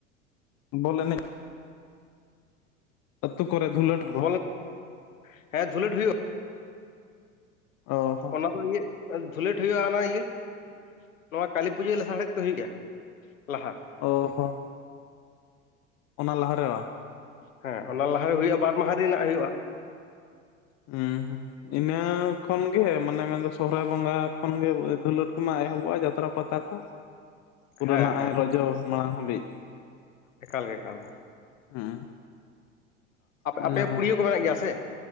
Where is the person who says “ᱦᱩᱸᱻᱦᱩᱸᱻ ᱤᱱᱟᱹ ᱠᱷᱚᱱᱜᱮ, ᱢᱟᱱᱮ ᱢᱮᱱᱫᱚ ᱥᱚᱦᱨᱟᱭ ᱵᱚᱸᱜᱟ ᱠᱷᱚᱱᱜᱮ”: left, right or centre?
Left